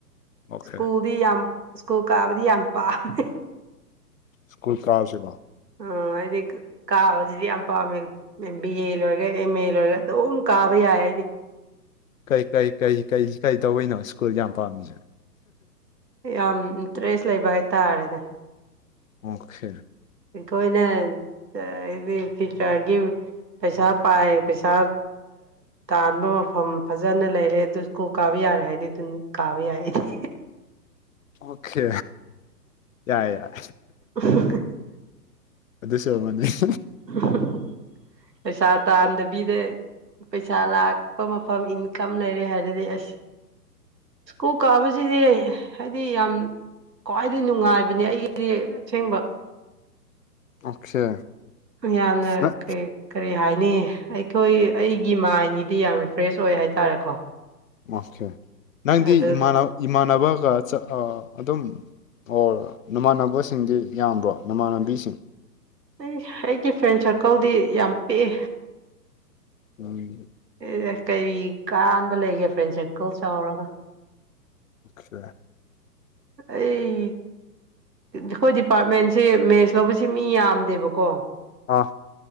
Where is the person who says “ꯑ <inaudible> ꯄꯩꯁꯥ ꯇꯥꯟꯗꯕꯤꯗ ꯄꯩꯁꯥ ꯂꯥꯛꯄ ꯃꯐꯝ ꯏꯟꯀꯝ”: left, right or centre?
Right